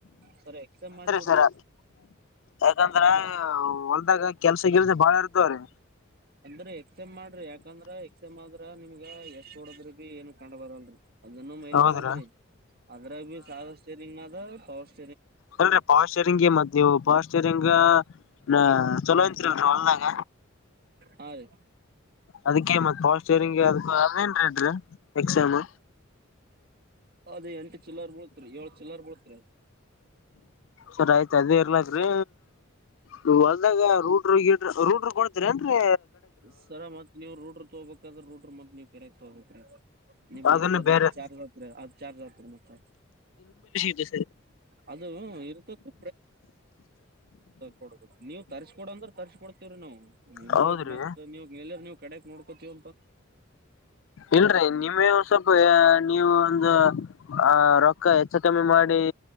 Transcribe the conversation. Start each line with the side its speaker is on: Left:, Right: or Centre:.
Right: ಸರಿ ಎಕ್ಸ್ಚೇಂಜ್ ಮಾಡಿಬಿಡ್ರಿ
Left: ಸರ ಯಾಕಂದ್ರ ಹೊಲ್ದಾಗ ಕೆಲ್ಸ ಗಿಲ್ಸ ಬಾಳ ಇರ್ತವ್ರಿ
Right: ಅಂದ್ರೆ ಎಕ್ಸ್ಚೇಂಜ್ಮಾಡ್ರಿ ಯಾಕಂದ್ರ ಸುಮಂದ್ರ ನಿಮ್ಗೆ ತೋಡೋದ್ರ ಬಿ ಏನು ಕಂಡ್ ಬರಲ್ರರಿ ಅದನ್ನು ಮೈಲೇಜ್
Left: ಹೌದ್ರ
Right: ಆದ್ರಿ ಅದರಾಗ್ಬಿ ಸದಾ ಸ್ಟೇರಿಂಗ್ ನಾಗ ಪವರ್ ಸ್ಟೇ
Left: ಅಲ್ರಿ ಪವರ ಸ್ಟೇರಿಂಗ ಮತಾನಿವ್ ಪವರ ಸ್ಟೇರಿಂಗ ನ ಚಲೋಂ ತ್ರಿ ಹೊಲ್ದಾಗ
Right: ಹಾ ರೀ
Left: ಅದ ಮತ್ ಪವರ್ ಸ್ಟೇರಿಂಗ್ ಅದ ಅದೇನ್ ರೀ ಎಕ್ಸಾಮ್
Right: ಅದೇ ಎಂಟು ಚಿಲ್ಲರ್ ಬುಳತ್ರಿ ಏಳ್ ಚಿಲ್ಲರ್ ಬುಳತ್ತಿ
Left: ಸರಿ ಆಯ್ತು ಅದೇ ಇರ್ಲಕ್ರೀ ನೀ ಹೊಲ್ದಾಗ ರೂಟ್ರು ಗಿ ಟ್ರ ರೋ ಟ್ರ ಕೊಡುತ್ತೀರೇನ್ರಿ
Right: ಸರ ಮತ್ ನೀವು ರೂಡ್ರ್ ತಗೋಬೇಕಾದ್ರೆ ರೂಡ್ ಮತ್ವವು ಬೆರೆದತಗೋಬೇಕು ನಿಮ್
Left: ಅದನ್ನ
Right: ಮತ್ತತ್ ಅದ್
Left: ಬೇರೆ
Right: ಮತ್ ಚಾರ್ಜ್ ಆತ್ರಿ ಅದ್ ಚಾರ್ಜ್ ಆತ್ರಿ ಮತ್ತ
Left: ಸ
Right: ಅದು ಇರ್ತತಿ ಕೊಡ ನೀವು ತರ್ಸಕ ಕೊಡ ಅಂದ್ರ ತರ್ಸ ಕೊಡ್ತತಿವ್ರಿ ನಾವುಗಳು ನಿಮಗೆ
Left: ಹೌದ್ರಿ
Right: ಮತ್ತತ್ ನೀವ ಮ ನೀವು ಕಡೆ ಕ್ ನೋಕೋತೀವಿ
Left: ಇಲ್ರಿ ನಿಮ್ಮೇ ವೆ ಸ್ವಲ್ಪ ನೀವು ಒಂದು ಆ ರೊಕ್ಕ ಹೆಚ್ಚ ಕಮ್ಮಿ ಮಾಡಿ